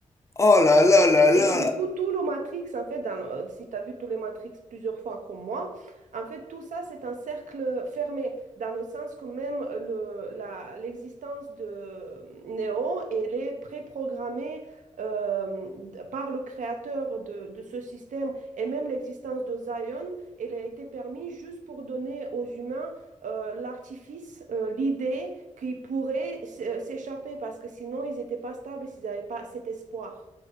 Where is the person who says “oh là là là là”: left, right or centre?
Left